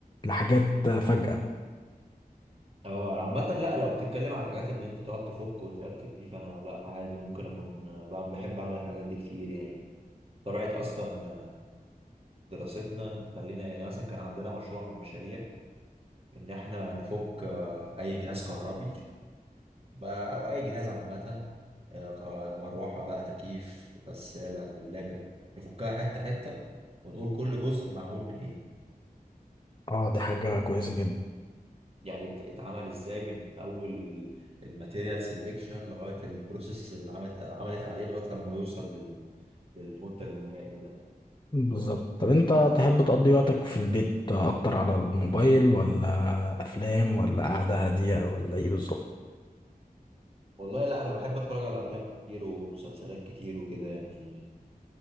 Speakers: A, on the left (about 30°); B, on the right (about 40°).
A: لحاجات فجأة
B: اه عامة لا لو بتتكلم على الحاجات ان انت تقعد تفك وتركب دي فانا لا عادي ممكن اكون بعمل بحب اعمل الحاجات دي كتير يعني طبيعة اصلا دراستنا خلينا يعني مثلا كان عندنا مشروع من مشاريع ان احنا نفك آه، اي جهاز كهربي ما- او اي جهاز عامه آه، ك- مروحه بقى تكييف غساله ثلاجه نفكها حته حته ونقول كل جزء معمول من ايه
A: اه دي حاجة كويسة جدا
B: يعني ات- اتعمل ازاي من اول الماتيريال سيلكشن لغايه البروسيس اللي عملت عملت عليه لغايه لما يوصل لل... للمنتج النهائي ده
A: بالظبط طب انت تحب تقضي وقتك في البيت اكتر على الموبايل ولا افلام ولا قعدة هادية ولا ايه بالظبط
B: والله لا انا بحب اتفرج على افلام كتير ومسلسلات كتير وكده يعني